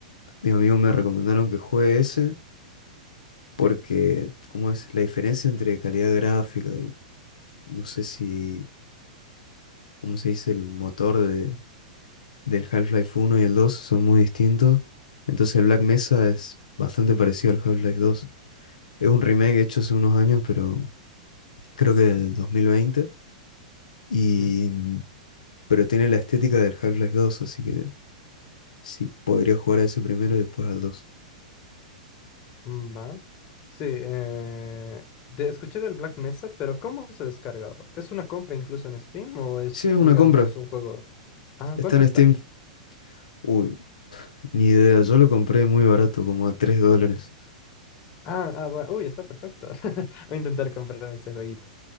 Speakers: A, on the left; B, on the left.
A: mis amigos me recomendaron que juegue ese porque, ¿cómo es? La diferencia entre calidad gráfica y no sé si, ¿cómo se dice? El motor de, del Half-Life uno y el 2 son muy distintos. Entonces, el Black Mesa es bastante parecido al Half-Life dos Es un remake hecho hace unos años, pero creo que del dos mil veinte Y,
B: Mm.
A: mm, pero tiene la estética del Half-Life dos así que sí, podría jugar a ese primero y después al dos
B: Mm, Va. Sí, eh, te escuché del Black Mesa, pero ¿cómo se descarga? ¿Es una compra incluso en Steam o es,
A: Sí, es una
B: digamos,
A: compra.
B: un juego? Ah,
A: Está
B: ¿cuánto
A: en
B: está?
A: Steam. Uy, Ni idea, yo lo compré muy barato, como a tres dólares.
B: Ah, ah, bu- uy, está perfecto. <laughs> Voy a intentar comprar este jueguito.